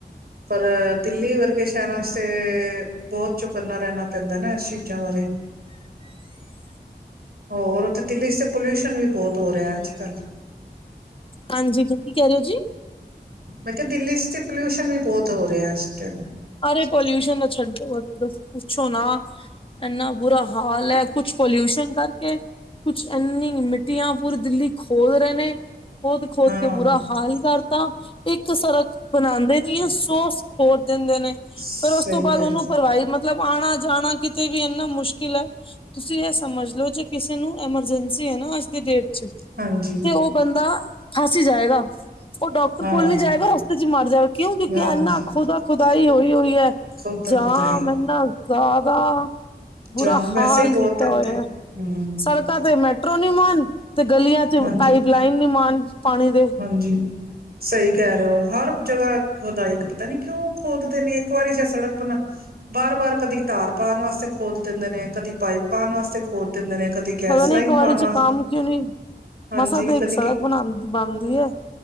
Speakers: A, on the right; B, on the left.
A: ਪਰ ਦਿੱਲੀ ਵਰਗੇ ਸ਼ਹਿਰ ਚ ਤੇ ਬਹੁਤ ਚੁਕੰਨਾ ਰਹਿਣਾ। ਪੈਂਦਾ ਨਾ ਇਸ ਚੀਜ਼ਾਂ ਬਾਰੇ ਹੋਰ। ਤੇ ਦਿੱਲੀ 'ਚ ਪੋਲਿਊਸ਼ਨ ਵੀ ਬਹੁਤ ਹੋ ਰਿਹਾ ਅੱਜ ਕੱਲ੍ਹ।
B: ਹਾਂਜੀ ਤੁ ਕੀ ਕਹਿ ਰਹੇ ਹੋ ਜੀ।
A: ਮੈਂ ਕਿਹਾ ਦਿੱਲੀ ਚ ਤੇ ਪੋਲਿਊਸ਼ਨ ਵੀ ਬਹੁਤ ਹੋ ਰਿਹਾ ਇਸ ਟਾਈਮ।
B: ਅਰੇ ਪੋਲਿਊਸ਼ਨ ਨਾ ਛੱਡੋ ਪੁੱਛੋ ਨਾ। ਇੰਨਾ ਬੁਰਾ- ਹਾਲ ਹੈ, ਕੁਛ ਪੋਲਿਊਸ਼ਨ ਕਰਕੇ। ਕੁਛ ਇੰਨੀ ਮਿੱਟੀਆਂ ਪੂਰੀ ਦਿੱਲੀ ਖੋਦ ਰਹੇ ਨੇ, ਖੋਦ -ਖੋਦ
A: ਹਾਂ
B: ਕੇ ਬੁਰਾ ਹਾਲ ਕਰ। ਤਾਂ ਇੱਕ ਤੇ ਸੜਕ ਬਣਾਉਂਦੇ ਨਹੀ ਆ, ਸੋਸ ਖੋਲ ਦਿੰਦੇ ਨੇ।
A: ਸਹੀ
B: ਫੇਰ ਉਸ ਤੋਂ ਬਾਅਦ
A: ਕਹਿ
B: ਉਹਨੂੰ ਭਰਵਾਹੀ ਮਤਲਬ ਆਉਣਾ ਜਾਣਾ, ਕਿਤੇ ਵੀ ਇਨਾ ਮੁਸ਼ਕਿਲ ਹੈ। ਤੁਸੀਂ ਇਹ ਸਮਝ ਲੋਓ, ਜੇ ਕਿਸੇ ਨੂੰ ਐਮਰਜੈਂਸੀ ਹੈ ਨਾ ਅੱਜ ਦੀ ਡੇਟ।
A: ਹਾਂਜੀ
B: ਤੇ ਉਹ ਬੰਦਾ ਫਸ ਜਾਏਗਾ। ਉਹ ਡਾਕਟਰ
A: ਹਾਂ
B: ਕੋਲ ਨੀ ਜਾਏਗਾ, ਰਸਤੇ ਚ ਮਰ ਜਾਵੇਗਾ ਕਿਉਂ ਕਿਉਂਕਿ
A: ਹਾਂਜੀ
B: ਇੰਨਾ ਖੁਦਾ -ਖੁਦਾ ਹੋਈ ਹੋਈ ਹੈ।
A: ਖੁਦਾ
B: ਜਾਮ
A: ਖੁਦਾਏ
B: ਇਨਾ ਜ਼ਿਆਦਾ। ਬੂਰਾ
A: ਜਾਮ ਵੈਸੇ
B: ਹਾਲ
A: ਹੀ ਬਹੁਤ
B: ਕੀਤਾ
A: ਹੈ ਉੱਥੇ
B: ਹੋਇਆ।
A: ਹਮ
B: ਸੜਕਾਂ ਤੇ ਮੈਟਰੋ ਨਹੀਂ ਮਾਣ ਤੇ ਗਲੀਆਂ ਚ
A: ਹਾਂਜੀ
B: ਪਾਈਪ ਲਾਈਨ ਨੀ ਮਾਣ ਪਾਣੀ ਦੀ
A: ਹਾਂਜੀ। ਸਹੀ ਕਹਿ ਰਹੇ ਹੋ ਹਰ ਜਗ੍ਹਾ ਖੁਦਾਈ, ਪਤਾ ਨੀ ਕਿਉਂ ਖੋਦਦੇ ਨੇ ਇੱਕ ਵਾਰੀ ਜ ਸੜਕ ਬਣਾਈ ਬਾਰ- ਬਾਰ ਕਦੀ ਤਾਰ ਪਾਉਣ ਵਾਸਤੇ, ਖੋਦ ਦਿੰਦੇ ਨੇ ਕਦੀ ਪਾਈਪ ਪਾਉਣ ਵਾਸਤੇ ਖੋਦ ਦਿੰਦੇ ਨੇ। ਕਦੀ ਗੈਸ
B: ਪਤਾ ਨੀ
A: ਲਾਈਨ
B: ਇੱਕ ਵਾਰੀ
A: ਪਾਉਣ
B: ਚ
A: ਵਾਸਤੇ
B: ਕੰਮ ਕਿਉਂ ਨਹੀਂ,
A: ਹਾਂਜੀ
B: ਮਸਾਂ ਤੇ ਇੱਕ
A: ਕਦੀ
B: ਸੜਕ ਬਣਦੀ ਹੈ।